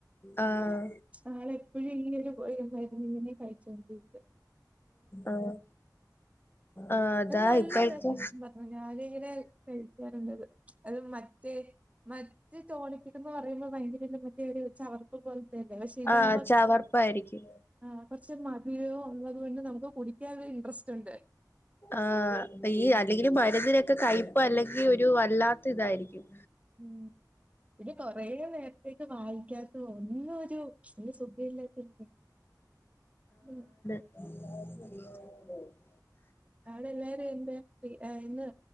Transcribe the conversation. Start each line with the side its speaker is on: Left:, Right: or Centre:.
Left: ആഹ്
Right: അപ്പ ആളെപ്പോഴും ഈ ഒരു മരുന്ന് ഇങ്ങനെ കഴിച്ചോണ്ടിരിക്ക
Left: ആഹ് ആഹ് അതാ
Right: നല്ലതാ
Left: ഇപ്പോഴക്കെ
Right: <unintelligible> ഞാന് ഇങ്ങനെ കഴിക്കാറുണ്ട് അത് അത് മറ്റേ മറ്റ് ടോണിക്കും പറയുമ്പോ ഭയങ്കര മറ്റേ ഒര് ചവർപ്പ് പോലത്തെ പക്ഷേ ഇതാവുമ്പം
Left: ആ ചവർപ്പായിരിക്കും
Right: ആഹ് കുറച്ച് മധുരോ ഉള്ളത് കൊണ്ട് നമ്മുക്ക് കുടിക്കാൻ ഒരു ഇൻട്രസ്റ്റ് ഉണ്ട്
Left: ആഹ് ഈ അല്ലെങ്കിൽ മരുന്നിനൊക്കെ കയ്പ അല്ലെങ്കിൽ ഒരു വല്ലാത്ത ഇതായിരിക്കും
Right: ഉം പിന്നെ കുറേ നേരത്തേക്ക് വാങ്ങിക്കാൻ ഒന്നും ഒരു സുഖയില്ലാത്തോണ്ടേ <unintelligible>
Left: ആ
Right: അവിടെ എല്ലാരും എന്തേ ഇന്ന്